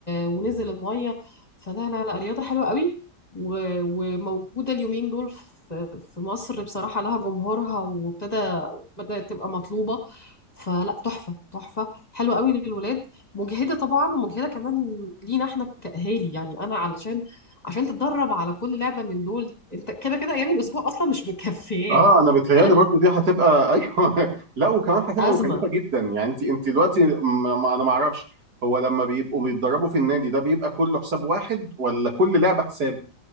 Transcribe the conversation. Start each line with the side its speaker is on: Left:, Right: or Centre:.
Left: ونزل الميه فلا لا لا رياضه حلوه قوي و- وموجوده اليومين دول في في مصر بصراحه لها جمهورها وابتدى بدات تبقى مطلوبه فلا تحفه تحفه حلوه قوي للولاد مجهده طبعا ومجهده كمان لينا احنا كاهالي يعني انا علشان عشان تتدرب على كل لعبة من دول انت كده كده ايام الاسبوع اصلا مش مكفياك
Right: اه انا بتهيالي
Left: تلات
Right: برضو دي هتبقى <laughs> ايوه لا وكمان هتبقى
Left: ازمة
Right: مكلفه جدا يعني انت انت دلوقتي م... م- انا ما اعرفش هو لما بيبقوا بيتدربوا في النادي ده بيبقى كله حساب واحد ولا كل لعبه حساب